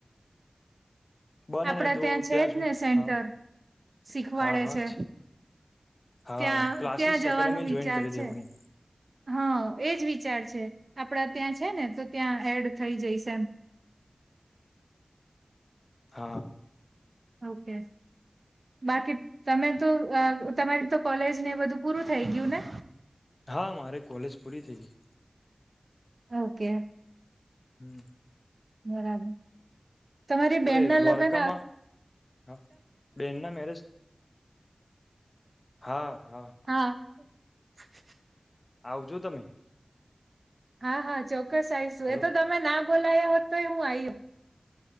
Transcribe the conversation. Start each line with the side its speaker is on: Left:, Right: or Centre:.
Left: બને
Right: આપડા
Left: ને તો
Right: ત્યાં છે જ
Left: સુધી
Right: ને સેન્ટર
Left: હા
Right: શીખવાડે
Left: હા હા
Right: છે
Left: હા
Right: ત્યાં
Left: ક્લાસીસ
Right: ત્યાં જવાનો
Left: એકેડેમી જોઈન
Right: વિચાર
Left: કરી
Right: છે
Left: દેવાની
Right: હા એજ વિચાર છે આપડા ત્યાં છે ને તોહ ત્યાં એડ થઈ જાઈશ
Left: હા
Right: ઓકે બાકી તમે તો તમારી તો કોલેજને એ બધું પૂરું થઈ ગયું ને
Left: હા મારે કોલેજ પૂરી થઈ ગઈ
Right: ઓકે
Left: હમ
Right: બરાબર તમારી
Left: આપડે
Right: બેન ના
Left: દ્વારકામાં
Right: લગ્ન
Left: હા બેન ના મેરેજ હા <unintelligible>
Right: હા <unintelligible>
Left: આવજો તમે
Right: હા હા ચોક્કસ આવીશું
Left: હેલો
Right: એ તો તમે ના બોલાયો હોત તોય હું આવી હોત